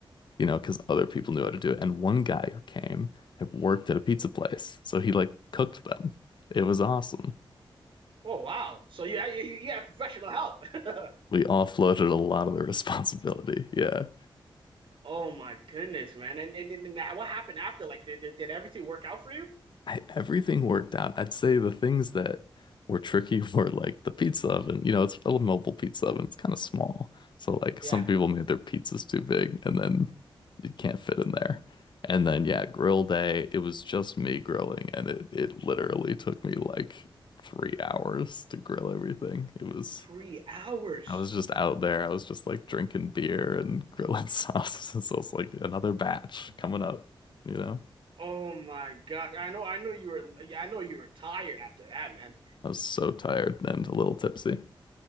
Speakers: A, on the left (about 60°); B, on the right (about 70°).
A: you know, because other people knew how to do
B: Mhm.
A: it. And one guy who came had worked at a pizza place. So he like cooked them. It was awesome.
B: Oh wow, so yeah, you, you you had professional help. <laughs>
A: We offloaded a lot of the <laughs> responsibility. Yeah.
B: Oh my goodness, man. And and, and what happened after? Like, did, did did everything work out for you?
A: I, everything worked out. I'd say the things that were tricky <laughs> were like the pizza oven. You know, it's a mobile pizza oven. It's kind of small. So like
B: Yeah,
A: some people made their pizzas too big and then you can't fit in there. And then yeah, grill day, it was just me grilling and it it literally took me like three hours to grill everything. It was
B: three hours.
A: I was just out there. I was just like drinking beer and grilling <laughs> sauces. And so it's like another batch coming up, you know.
B: Oh my gosh. I know I know you were yeah, I know you were tired after that, man.
A: I was so tired and a little tipsy.